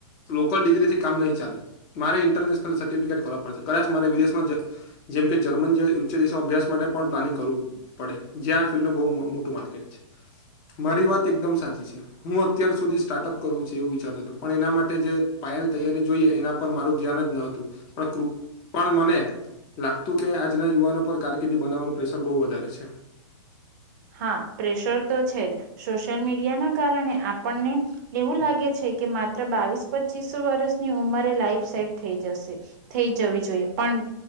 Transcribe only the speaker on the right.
હા પ્રેશર તો છે જ સોશિયલ મીડિયા ના કારણે આપણને એવું લાગે છે કે માત્ર બાવીસ પચીસ વર્ષની ઉંમરે લાઈફ સેટ થઈ જશે થઈ જવી જોઈએ પણ